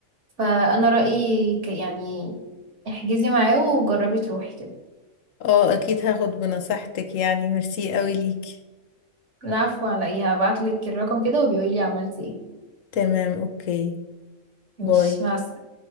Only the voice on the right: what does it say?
فانا رأيي ك- يعني احجزي معاه وجربي تروحي كده
العفو على ايه هبعتلك الرقم كده وبيقولي لي عملتي ايه
ماشي
مع السلامة